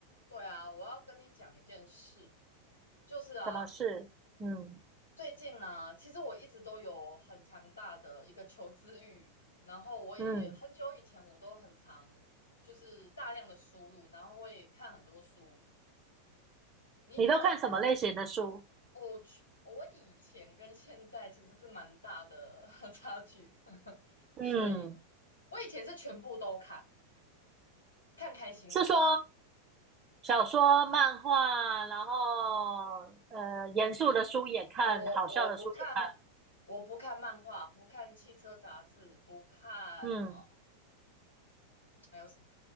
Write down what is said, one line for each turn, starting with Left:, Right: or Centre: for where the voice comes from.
Left: 对啊，我要跟你讲一件事，就是啊，
Right: 什么事？
Left: 嗯
Right: 嗯
Left: 最近呢，其实我一直都有很强大的一个求知欲，然后我也很久以前我都很常就是大量的输入，
Right: 嗯，
Left: 然后会看很多书。你你有看书？
Right: 你都看什么类型的书？
Left: 我去，我以前跟现在其实是蛮大的 <laughs> 差距，<laughs>
Right: 嗯，
Left: 所以我以前是全部都看，看开心的。
Right: 是说小说、漫画，然后呃，严肃的书也看，
Left: 我我不看，
Right: 好笑的书也看。
Left: 我不看漫画，不看汽车杂志，不看哦，
Right: 嗯，
Left: 还有什么？